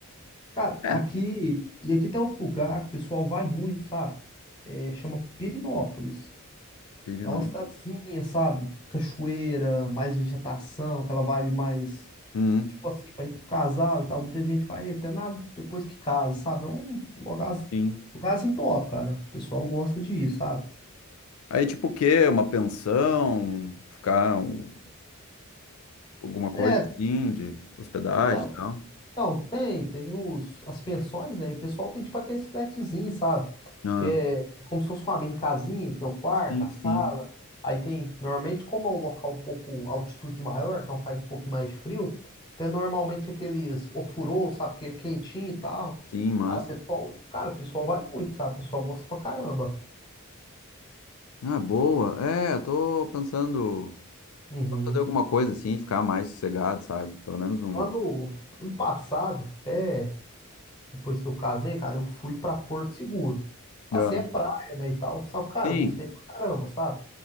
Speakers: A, on the left; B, on the left.
A: Cara,
B: É,
A: aqui, e aqui tem outro lugar que o pessoal vai muito, sabe? É, chama Pirinópolis.
B: Pirinópolis.
A: É uma cidadezinha, sabe? Cachoeira, mais vegetação, aquela vibe mais.
B: Uhum,
A: Tipo assim, pra ir com casal e tal. Muita gente vai até na... depois que casa, sabe? É um lugar,
B: sim.
A: lugarzinho top, cara. O pessoal gosta de ir, sabe?
B: Aí, tipo, o quê? Uma pensão? Ficar. um- alguma coisa
A: É,
B: assim, de hospedagem
A: então,
B: e tal.
A: Não, tem, tem os, as pensões, né? E o pessoal tem tipo aqueles flatzinhos, sabe?
B: Ah,
A: Que é, é como se fosse uma mini casinha, que tem o quarto,
B: sim,
A: a sala.
B: sim.
A: Aí tem, normalmente, como é um local um pouco altitude maior, então faz um pouquinho mais frio, tem normalmente aqueles ofurô, sabe? Que é quentinho e tal.
B: Sim, mas.
A: Ah, pessoal, cara, o pessoal vai muito, sabe? O pessoal gosta pra caramba.
B: Ah, boa. É, eu tô pensando
A: Uhum.
B: só fazer alguma coisa assim, ficar mais sossegado, sabe? Pelo menos um.
A: Ano, ano passado, até. Depois que eu casei, cara, eu fui pra Porto Seguro. Assim,
B: Ah,
A: é praia, né, e tal. Só, que, cara,
B: sim.
A: eu gostei pra caramba, sabe?